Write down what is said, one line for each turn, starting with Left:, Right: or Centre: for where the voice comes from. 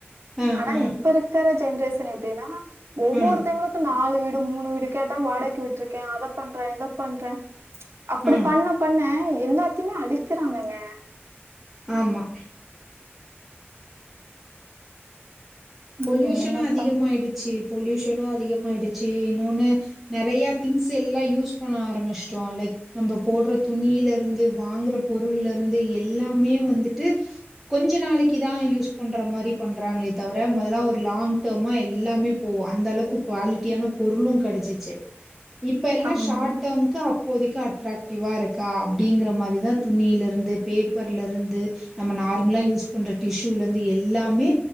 Centre: ம், ம்,
Right: ஆனா இப்ப இருக்கிற ஜென்ரேஷன் எப்டின்னா ஒவ்வொருத்தவங்களுக்கு
Centre: ம்,
Right: நாலு வீடு டு மூணு வீடு கேட்டா வாடகைக்கு விட்டுருக்கே அத பண்றே இத பண்றே அப்படி
Centre: ம்.
Right: பண்ண பண்ண எல்லாத்தையுமே அழிக்கிறாங்கங்க
Centre: ஆமா
Right: ம்
Centre: பொல்யூஷன்
Right: என்ன
Centre: அதிகமாயிடுச்சு
Right: பண்
Centre: பொல்யூஷன் நோ அதிகமாயிடுச்சு இன்னொன்னு நெறைய திங்ஸ் எல்லா யூஸ் பண்ண ஆரமெச்சிட்டோ லைக் நம்ம போடற துணியில இருந்து வாங்கற பொருள்ல இருந்து எல்லாமே வந்துட்டு கொஞ்சோ நா ளைக்கு தா யூஸ் பண்ற மாரி பண்றாங்களே தவிர இல்ல மொதலா ஒரு லாங் டேம்மா எல்லாமே போவோ அந்த அளவுக்கு குவாலிடியான பொருளு கெடச்சு இப்ப எல்லா
Right: ஆமா
Centre: ஷார்ட் டேம்க்கு அப்போதைக்கு அட் அட்ராக்டிவா இருக்கா அப்டிங்கிற மாரி தா துணியில இருந்து பேப்பர்ல இருந்து நம்ம நார்மலா யூஸ் பண்ற டிசூல இருந்து எல்லாமே